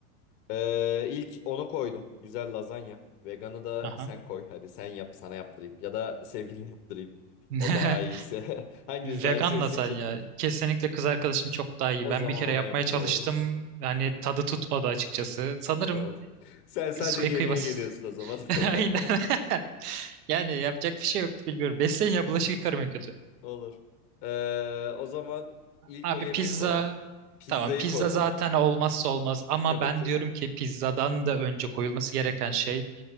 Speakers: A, on the left (about 50°); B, on the right (about 75°).
A: Ee, ilk onu koydum. Güzel lazanya. Veganı da
B: Aha.
A: sen koy. Hadi sen yap, sana yaptırayım. Ya da sevgiline yaptırayım.
B: <laughs>
A: O daha iyiyse. <laughs> Hanginiz
B: Vegan
A: daha iyiyse
B: lazanya.
A: seçin.
B: Kesinlikle kız arkadaşım çok daha iyi.
A: O
B: Ben
A: zaman
B: bir kere
A: ona
B: yapmaya
A: yaptırıyorum.
B: çalıştım. Yani tadı tutmadı açıkçası.
A: <laughs>
B: Sanırım
A: Tamam. Sen sadece
B: su kıybası.
A: yemeğe geliyorsun o zaman.
B: <laughs> Aynen.
A: <laughs>
B: <laughs> Yani yapacak bir şey yok bilmiyorum. Besleyin ya bulaşık yıkarım en kötü.
A: Olur. Ee, o zaman ilk
B: Abi
A: o yemek
B: pizza.
A: koydum. Pizzayı
B: Tamam pizza
A: koydum.
B: zaten olmazsa olmaz. Ama
A: Tabii
B: ben
A: ki.
B: diyorum ki pizzadan da önce koyulması gereken şey